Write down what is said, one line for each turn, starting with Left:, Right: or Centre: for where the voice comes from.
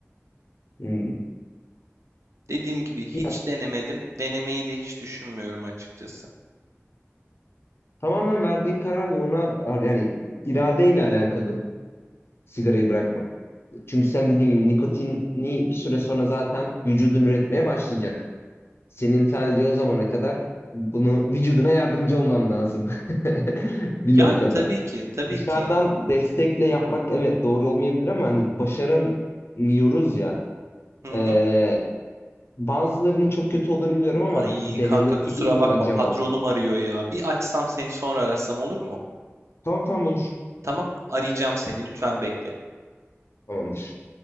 Left: hmm,
Right: Dediğim gibi hiç
Left: bir-
Right: denemedim. Denemeyi de hiç düşünmüyorum açıkçası.
Left: tamamen verdiğin karar ve ona yani iradeyle alakalı sigarayı bırakmak. Çünkü sen dediğin gibi nikotini bir süre sonra zaten vücudun üretmeye başlayacak. Senin sadece
Right: Hı?
Left: o zamana kadar bunu vücuduna yardımcı olman lazım <laughs> bir
Right: Yani
Left: noktada.
Right: tabii ki. Tabii
Left: Dışarıdan
Right: ki.
Left: destekle yapmak evet doğru olmayabilir ama hani başaramıyoruz ya.
Right: Hı hı.
Left: Ee, bazılarının çok kötü olduğunu biliyorum ama
Right: Ay
Left: denenebilir
Right: kanka kusura
Left: mi
Right: bakma
Left: acaba?
Right: patronum arıyor ya. Bir açsam seni sonra arasam olur mu?
Left: Tamam tamam olur.
Right: Tamam. Arayacağım seni. Lütfen bekle.
Left: Tamamdır.